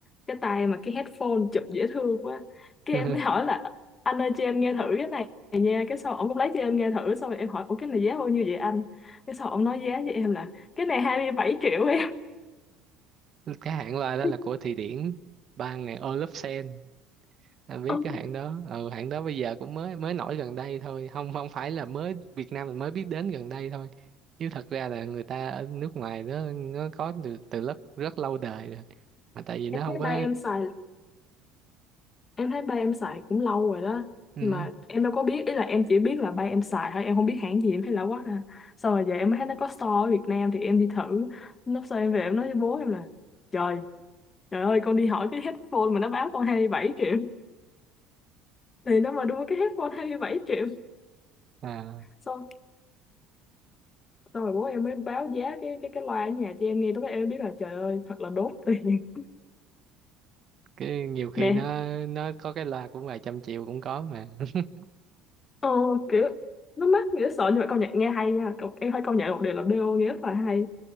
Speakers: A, on the left (about 25°); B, on the right (about 40°).
A: cái tai mà cái headphone chụp dễ thương quá cái
B: <laughs>
A: em mới hỏi là anh ơi cho em nghe thử cái này nha cái sau ổng cũng lấy cho em nghe thử xong rồi em hỏi ủa cái này giá bao nhiêu vậy anh cái sau ổng nói giá với em là cái này 27 triệu em
B: cái hãng loa đó
A: <laughs>
B: là của Thụy Điển ban ngày Olufsen anh biết
A: Ôi,
B: cái hãng đó ừ hãng đó bây giờ cũng mới mới nổi gần đây thôi không không phải là mới Việt Nam mình mới biết đến gần đây thôi chứ thật ra là người ta ở nước ngoài đó nó có từ từ rất rất lâu đời rồi mà tại vì nó
A: em
B: không
A: thấy
B: có
A: ba em xài em thấy ba em xài cũng lâu rồi đó
B: ừ.
A: nhưng mà em đâu có biết ý là em chỉ biết là ba em xài thôi em không biết hãng gì em thấy lạ quá à sau rồi giờ em mới thấy nó có store ở Việt Nam thì em đi thử lúc sau em về em nói với bố em là trời trời ơi con đi hỏi cái headphone mà nó báo con 27 triệu <laughs> thì nó mà đưa cái headphone 27 triệu
B: à,
A: sau sau rồi bố em mới báo giá cái cái cái loa ở nhà cho em nghe lúc đó em mới biết là trời ơi thật là đốt tiền
B: cái nhiều khi
A: <laughs> đẻ
B: nó nó có cái loa cũng vài trăm triệu cũng có mà <laughs>
A: ờ, kiểu nó mắc nghĩa sợ nhưng mà công nhận nghe hay nha Cậu- em phải công nhận một điều là BO nghe rất là hay